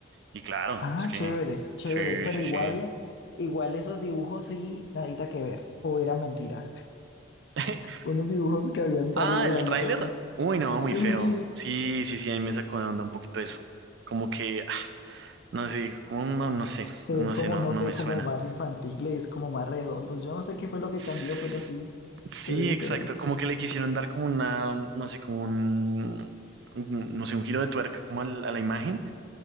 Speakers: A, on the right; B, on the left.
A: y claro,
B: Ah,
A: es que
B: chévere, chévere.
A: sí,
B: Pero
A: sí,
B: igual,
A: sí.
B: igual esos dibujos sí, nadita que ver. O era mentira.
A: <laughs>
B: Unos dibujos que habían salido
A: Ah, el
B: ahí
A: tráiler.
B: todos.
A: Uy, no, muy
B: Sí,
A: feo.
B: sí.
A: Sí, sí, sí, a mí me sacó de onda un poquito eso. Como que, ah, no sé, como no, no sé,
B: Se
A: no
B: ven
A: sé,
B: como,
A: no,
B: no
A: no
B: sé,
A: me
B: como
A: suena.
B: más infantiles, como más redondos. Yo no sé qué fue lo que
A: S-
B: cambió, pero sí,
A: Sí,
B: se ven diferentes.
A: exacto, como que le quisieron dar como una, no sé, como un, un- no sé, un giro de tuerca como al- a la imagen,